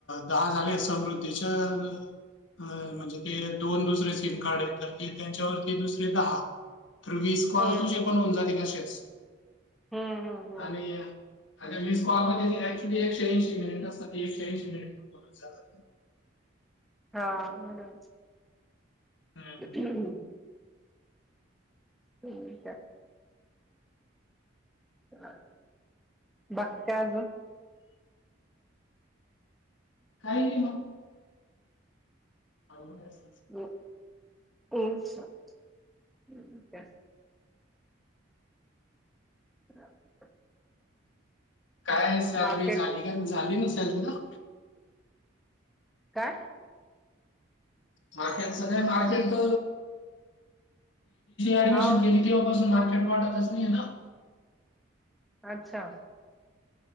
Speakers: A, on the left; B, in the centre.
A: दहा झाले समृद्धीच्या. अ म्हणजे ते दोन दुसरे सिम कार्ड आहेत तर ते त्यांच्यावरती दुसरे दहा. तर वीस कॉल
B: हम्म.
A: चे पण होऊन जातील असेच
B: हम्म. हम्म. हम्म.
A: आणि. आ वीस कॉलमध्ये एकशे ऐंशी मिनिट असतात एकशे ऐंशी मिनिट होऊन जातात.
B: हा बोला.
A: हम्म.
B: <unintelligible> ठीक आहे. ह. बाकी काय अजून?
A: काही नाही भाव <unintelligible>
B: <unintelligible> <unintelligible> <unintelligible>
A: काय सॅलरी
B: मार्केट
A: झाली का झाली ना सॅलरीला.
B: काय?
A: मार्केट सगळ्यात मार्केट <unintelligible> ऍडमिशन
B: आहो
A: केली. तेव्हापासून मार्केट वाढतच नाहीये ना.
B: अच्छा.